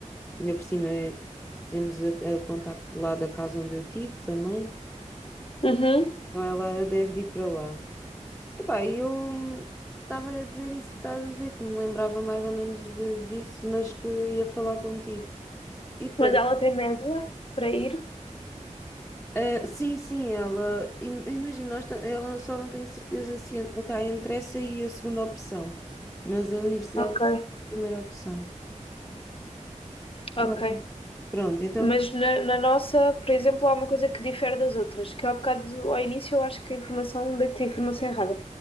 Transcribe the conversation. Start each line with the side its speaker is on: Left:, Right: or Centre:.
Centre: ainda por cima é- temos a- a- o contacto lá da casa onde eu tive também,
Left: Uhum.
Centre: então ela deve de ir para lá. Epá, eu estava a dizer isso que estás a dizer, que me lembrava mais ou menos de- disso, mas que ia falar contigo. E depois,
Left: Mas ela tem média para ir.
Centre: ah, sim, sim, ela, im- imagina, nós ta- ela só não tem certeza se en- está entre essa e a segunda opção, mas a universidade
Left: Ok.
Centre: é a primeira opção.
Left: Ok.
Centre: Ah, pronto, então
Left: Mas na, na nossa, por exemplo, há uma coisa que difere das outras, que eu há bocado, ao início, eu acho que a informação, deitei a informação errada.